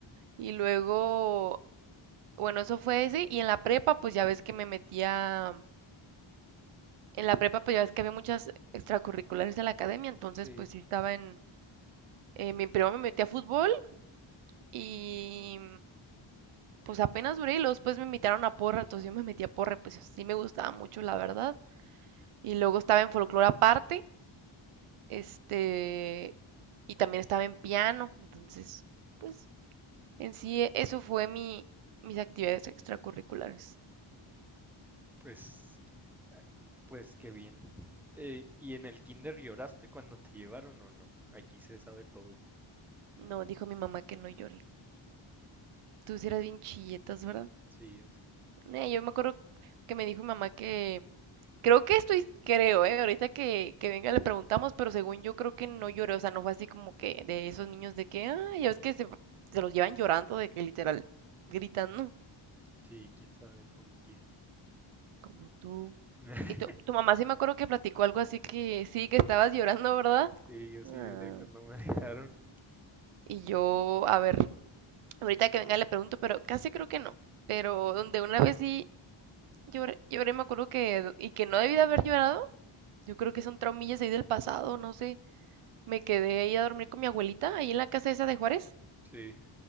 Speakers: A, on the right (about 85°); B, in the centre.
A: Y luego, bueno, eso fue ese. Y en la prepa, pues ya ves que me metía en la prepa, pues ya ves que había muchas extracurriculares en la academia, entonces
B: sí.
A: pues sí estaba en... eh, mi primo me metí a fútbol y pues apenas duré y luego después me invitaron a porra, entonces yo me metí a porra, pues sí me gustaba mucho, la verdad. Y luego estaba en folclore aparte, este, y también estaba en piano, entonces pues en sí eh, eso fue mi, mis actividades extracurriculares.
B: Pues, pues qué bien. Eh, ¿y en el kinder lloraste cuando te llevaron o no? Aquí se sabe todo.
A: No, dijo mi mamá que no lloré. Tú sí eras bien chilletas, ¿verdad?
B: Sí, así.
A: Eh, yo me acuerdo que me dijo mi mamá que Creo que estoy, creo, ¿eh? Ahorita que, que venga le preguntamos, pero según yo creo que no lloré, o sea, no fue así como que de esos niños de que, ah, ya ves que se, se los llevan llorando, de que literal gritan, ¿no?
B: Sí, quién sabe como quién.
A: Como tú.
B: <laughs>
A: Y tu, tu mamá sí me acuerdo que platicó algo así que sí, que estabas llorando, ¿verdad?
B: Sí, yo sí
A: Ah,
B: lloré cuando me <laughs> dejaron.
A: Y yo, a ver, ahorita que venga le pregunto, pero casi creo que no. Pero donde una vez sí lloré, lloré, me acuerdo que, y que no debí de haber llorado, yo creo que son traumillas ahí del pasado, no sé. me quedé ahí a dormir con mi abuelita, ahí en la casa esa de Juárez,
B: Sí,